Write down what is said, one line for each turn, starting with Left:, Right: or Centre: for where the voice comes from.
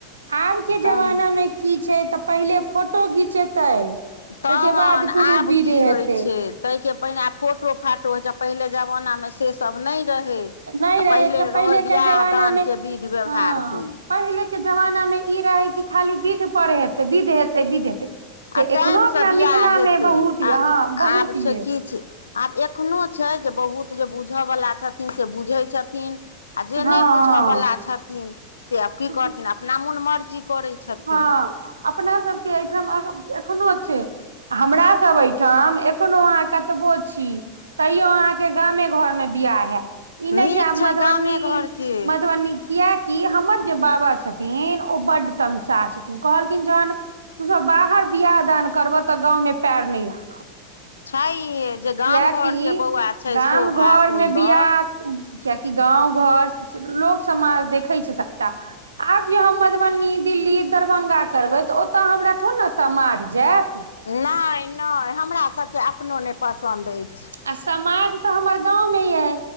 Right: आबके जमानामे
Left: तैं
Right: कि छै तऽ पहिले फोटो घिचेतै
Left: तहन
Right: ताहिके बाद कोनो
Left: आब
Right: विध
Left: कि
Right: हेतै
Left: होइ छै तैके पहिने फोटो फाटो होइ छै पहिले जमानामे से सब नइ रहै तऽ
Right: नहि रहै
Left: पहिले रहय बियाह
Right: के जमाना
Left: दान
Right: मे
Left: के विध व्यवहार
Right: हँ
Left: होइ
Right: पहिले के जमाना मे ई रहे कि खाली विध प हेतै विध हेतै विध हेतै से
Left: आ टाइमसँ
Right: एखनो अपना
Left: बिआह
Right: मिथिला
Left: हेतै
Right: मे बहुत य
Left: आ
Right: हँ बहुत
Left: आब छै
Right: ये
Left: किछ आब एखनो छै जे बहुत जे बुझयवला छथिन से बुझै छथिन आ जे
Right: हँ
Left: नहि बुझयवला छथिन से आब की
Right: हँ
Left: करथिन अपना मोन मर्जी करै छथिन
Right: हँ अपना सब के ठाम एखनो छै हमरा सब ठ ठाम एखनो अहाँ कतबो छी तैयो अहाँके गामे घर मे बियाह हयत ई नइ
Left: नीक
Right: जयब
Left: छै
Right: मधुबनी
Left: गामे घरके
Right: मधुबनी कियकि हमर जे बाबा छथिन ओ बड तमसाह छथिन कहलखिन जन तू सब बाहर बियाह दान करबह तऽ गाँवं पर न ल
Left: छैहे जे
Right: कियकि
Left: गाम घरके बौआ छै
Right: गाम
Left: शोभा
Right: घर
Left: सुन्दर
Right: मे बियाह कियकि गाँव घर लोक समाज देखै छै सबटा आब जे हम मधुबनी दिल्ली दरभ्ंगा करबै तऽ ओतय हमरा थोड़े ने सम माइर जयत
Left: नय नय हमरा सबके अपनो नय पसन्द अछि
Right: आ समाज तऽ हमर गाँवमे यऽ